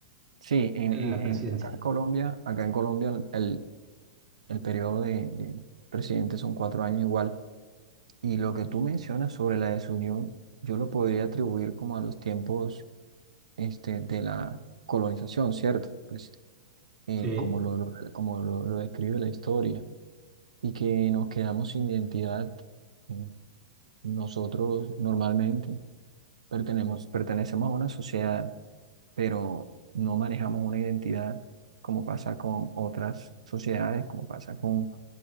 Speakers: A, on the right; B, on the right.
A: Sí, en,
B: el-
A: en-
B: la presidencia?
A: en- acá en Colombia, acá en Colombia el, el- el periodo de, de presidente son cuatro años igual. Y lo que tú mencionas sobre la desunión, yo lo podría atribuir como a los tiempos este, de la colonización, ¿cierto? Pues, eh,
B: Sí,
A: como lo, lo- como lo, lo describe la historia. Y que nos quedamos sin identidad. eh, Nosotros normalmente pertenemos, pertenecemos a una sociedad pero no manejamos una identidad como pasa con otras sociedades, como pasa con